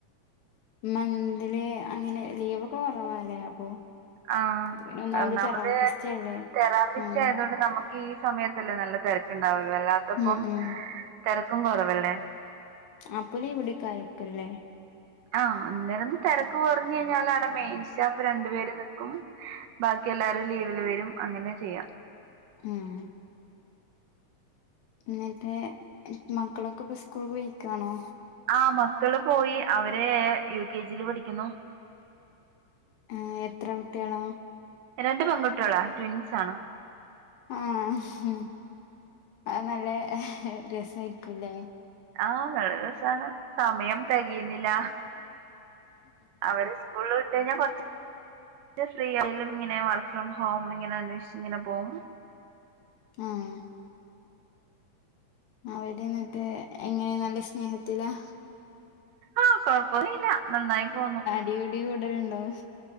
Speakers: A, on the left (about 70°); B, on the right (about 80°).
A: മന്ത്ലി അങ്ങനെ ലീവൊക്കെ കുറവാലേ അപ്പൊ
B: ആ
A: ഇത് പിന്നെ
B: ഒന്നാമത്
A: തെറാപ്പിസ്റ്റ് അല്ലേ
B: തെറാപ്പിസ്റ്റ്
A: ആഹ്
B: ആയതൊണ്ട് നമുക്ക് ഈ സമയത്തല്ലേ നല്ല തിരക്കുണ്ടാവൽ അല്ലാത്തപ്പം
A: ഉം ഉം
B: തിരക്കും കുറവല്ലേ
A: ആപ്പ ലീവെടുക്കാൻ അയക്കൂല്ലേ
B: ആഹ് അന്നേരന്ന് തിരക്ക് കുറഞ്ഞു കഴിഞ്ഞാൽ ആണ് മെയിൻ സ്റ്റാഫ് രണ്ടു പേര് നിക്കും ബാക്കി എല്ലാരും ലീവില് വരും അങ്ങനെ ചെയ്യാം
A: ഉം എന്നിട്ടേ മക്കളൊക്കെ ഇപ്പ സ്കൂൾ പോയിക്കാണോ
B: ആ മക്കള് പോയി അവര് യു കെ ജി യില് പഠിക്കുന്നു
A: ആഹ് എത്ര കുട്ടികളാ
B: രണ്ട് പെൺകുട്ടികളാ ട്വിൻസ് ആണ്
A: ആഹ് അ നല്ല രസായിരിക്കുംല്ലേ
B: ആഹ് നല്ല രസാണ് സമയം തികയുന്നില്ല അവര് സ്കൂള് വിട്ട് കഴിഞ്ഞാ കൊറച്ച് ഫ്രീ ആയാലും ഇങ്ങനെ വർക്ക് ഫ്രം ഹോം ഇങ്ങനെ അന്വേഷിച്ച് ഇങ്ങനെ പോകും
A: ആഹ് അവര് എന്നിട്ട് എങ്ങനെയ നല്ല സ്നേഹത്തില
B: ആഹ് കൊഴപ്പന്നും ല്ല നന്നായി പോന്നു
A: ഡിയു ഡിയും കൂടലുണ്ടോ